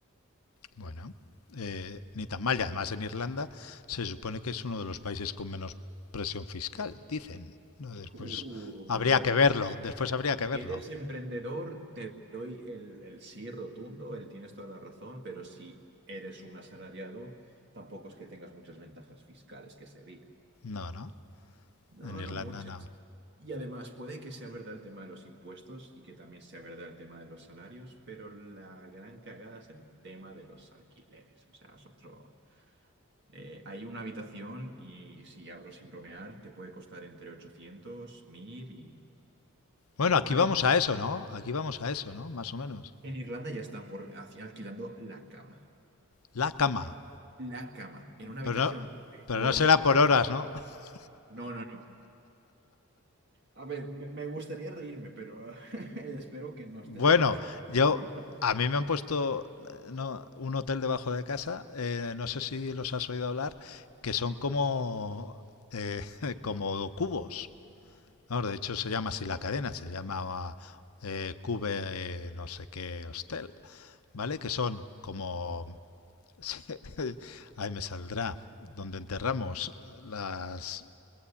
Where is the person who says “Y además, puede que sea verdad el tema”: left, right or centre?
Right